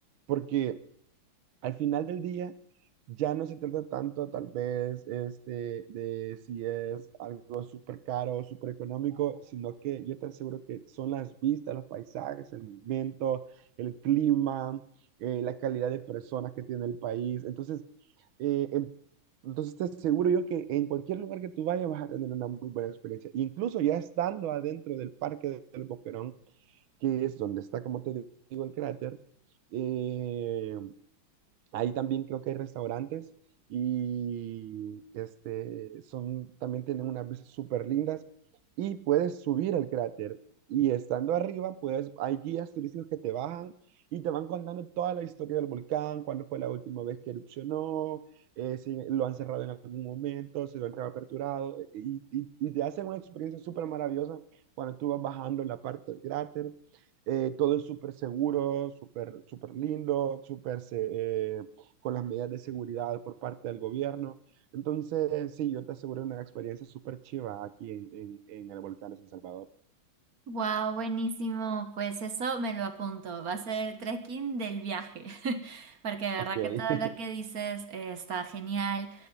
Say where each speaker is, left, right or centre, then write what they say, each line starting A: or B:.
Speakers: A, on the right; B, on the right.
A: porque al final del día ya no se trata tanto tal vez este, de si es algo súper caro o súper económico, sino que yo te aseguro que son las vistas, los paisajes, el momento, el clima, eh, la calidad de personas que tiene el país. Entonces, eh, en- entonces te aseguro yo que en cualquier lugar que tú vayas vas a tener una muy buena experiencia. Incluso ya estando adentro del Parque del Boquerón, que es donde está, como te digo, el cráter, eh, Ahí también creo que hay restaurantes y este, son, también tienen unas vistas súper lindas y puedes subir al cráter y estando arriba, pues hay guías turísticos que te bajan y te van contando toda la historia del volcán, cuándo fue la última vez que erupcionó, eh, si lo han cerrado en algún momento, si lo han reaperturado y, y, y te hacen una experiencia súper maravillosa cuando tú vas bajando la parte del cráter. Eh, todo es súper seguro, súper súper lindo, súper se- eh, con las medidas de seguridad por parte del gobierno. Entonces, sí, yo te aseguro una experiencia súper chiva aquí en, en, en el volcán de San Salvador.
B: Wow, buenísimo. Pues eso me lo apunto. Va a ser el trekking del viaje. <laughs> Porque de verdad
A: Ok, <laughs>
B: que todo lo que dices eh, está genial.